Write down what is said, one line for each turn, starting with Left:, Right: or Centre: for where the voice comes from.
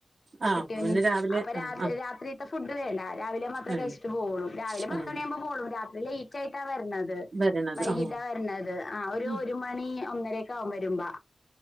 Right: ആ
Left: കെ
Right: അപ്പൊ
Left: ട്ടിയോനി
Right: പിന്നെ രാവിലെ
Left: അപ്പൊ രാ
Right: ആ ആ
Left: രാത്രി ല ത്തെ ഫുഡ് വേണ്ട രാവിലെ മാത്രമേ
Right: വരും.
Left: കഴിച്ചിട്ട് പോകുള്ളൂ രാവിലെ പത്ത്
Right: ആ ആ.
Left: മണിയാകുമ്പോ പോവും രാത്രി ലേറ്റ് ആയിട്ടാ വരുന്നത്
Right: വരണത്
Left: വൈകിട്ടാ
Right: ആ
Left: വരുന്നത്. ഒരു
Right: ആ.
Left: ഒരു മണി ഒന്നരെ ക്ക ആകും വരുമ്പോ.